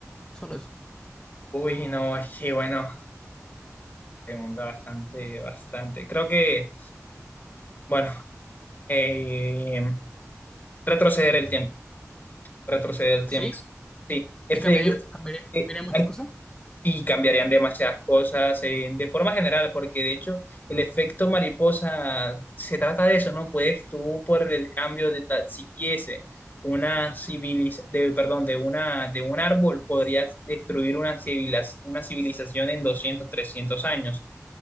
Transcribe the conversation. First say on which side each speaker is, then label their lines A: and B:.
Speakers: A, on the left; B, on the left.
A: Solo eso.
B: Uy, no, es que bueno, pregunta bastante, bastante. Creo que, bueno, eh, retroceder el tiempo, retroceder el
A: ¿Sí?
B: tiempo. Sí, efe-
A: ¿Y cambiaría, cambiaría, cambiaría
B: eh,
A: muchas
B: hay
A: cosas?
B: y cambiarían demasiadas cosas eh, de forma general, porque de hecho el efecto mariposa se trata de eso, ¿no? Puedes tú por el cambio de ta- si quise una civiliz de, perdón, de una de un árbol podrías destruir una civilas una civilización en doscientos trescientos años